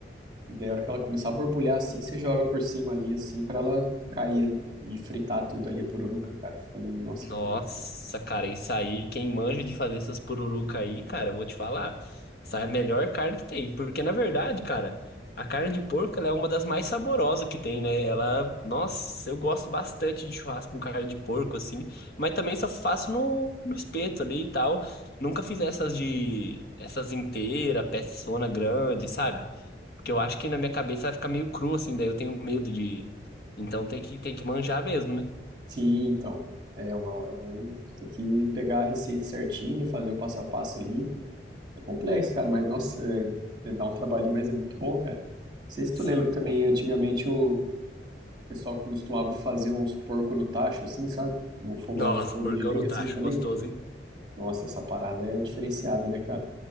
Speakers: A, on the right; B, on the left.
A: E daí, a hora que ela começar a borbulhar assim, você joga por cima ali, assim, pra ela cair e fritar tudo ali, a pururuca, cara. Fica, nossa,
B: Nossa,
A: fica muito.
B: cara, isso aí, quem manja de fazer essas pururuca aí, cara, eu vou te falar, essa é a melhor carne que tem, porque na verdade, cara, a carne de porco, ela é uma das mais saborosas que tem, né? Ela, nossa, eu gosto bastante de churrasco com carne de porco, assim, mas também só faço no, no espeto ali e tal, nunca fiz essas de, essas inteira, peçona grande, sabe? Porque eu acho que na minha cabeça vai ficar meio cru, assim, daí eu tenho medo de, então tem que, tem que manjar mesmo, né?
A: Sim, então. É, uma, é um, você tem que pegar a receita certinho, né? Fazer o passo a passo ali. É complexo, cara, mas nossa, é- é- dá um trabalhinho, mas é muito bom, cara. Não sei se
B: Sim.
A: tu lembra também, antigamente o pessoal costumava fazer uns porco no tacho, assim, sabe? Num fogão,
B: Nossa,
A: um fogo
B: porcão
A: de lenha,
B: no tacho,
A: assim também.
B: gostoso, hein?
A: Nossa, essa parada é diferenciada, né, cara?